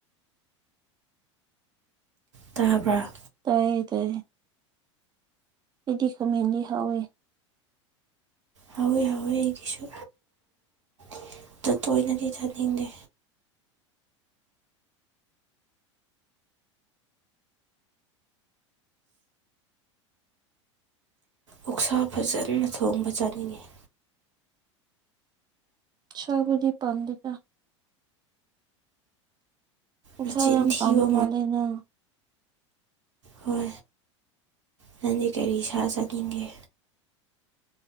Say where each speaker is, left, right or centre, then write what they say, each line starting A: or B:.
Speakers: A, on the right; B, on the right.
A: ꯇꯥꯕ꯭ꯔꯥ
B: ꯇꯥꯏꯌꯦ ꯇꯥꯏꯌꯦ ꯑꯩꯗꯤ ꯈꯥꯃꯦꯟꯗꯤ ꯍꯥꯎꯋꯦ
A: ꯍꯧꯋꯦ ꯍꯧꯋꯦ ꯑꯩꯒꯤꯁꯨ ꯑꯗꯨ ꯇꯣꯏꯅꯗꯤ ꯆꯥꯅꯤꯡꯗꯦ ꯑꯣꯛꯁꯥ ꯐꯖꯅ ꯊꯣꯡꯕ ꯆꯥꯅꯤꯡꯉꯤ
B: ꯁꯥꯕꯨꯗꯤ ꯄꯥꯝꯗꯦꯗ ꯑꯣꯛꯁꯥ
A: ꯅꯆꯤꯟ
B: ꯌꯥꯝ
A: ꯊꯤꯕ
B: ꯄꯥꯝꯕ ꯃꯥꯜꯂꯦ ꯅꯪ
A: ꯍꯣꯏ ꯅꯪꯗꯤ ꯀꯔꯤ ꯁꯥ ꯆꯥꯅꯤꯡꯒꯦ